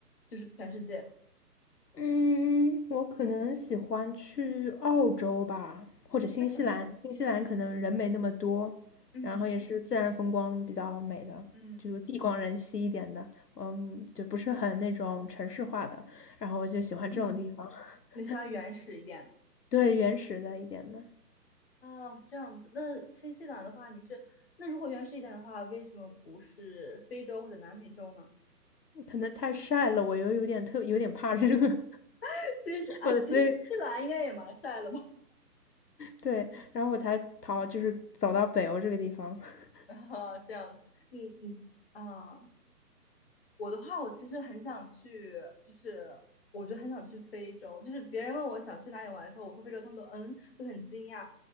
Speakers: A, on the left (about 35°); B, on the left (about 70°).
A: 就是全世界？
B: 嗯，我可能喜欢去澳洲吧，或者新西兰。
A: 为什么？
B: 新西兰可能人没那么多，
A: 嗯
B: 然后也是自然风光比较美的，
A: 嗯
B: 就地广人稀一点的，嗯，就不是很那种城市化的。然后我就喜欢这种地方，
A: 嗯，
B: <laughs>
A: 你喜欢原始一点的？
B: 对，原始的一点的。
A: 哦，这样子。那新西兰的话，你是，那如果原始一点的话，为什么不是非洲或者南美洲呢？
B: 可能太晒了，我又有点特有点怕热，<laughs>
A: <laughs> 其实啊，
B: 我所以
A: 其实新西兰应该也蛮帅的吧？
B: 对，然后我才逃，就是走到北欧这个地方。<laughs>
A: <laughs> 然后这样子，你你啊。我的话，我其实很想去，就是我就很想去非洲。就是别人问我想去哪里玩的时候，我说非洲，他们都嗯，都很惊讶。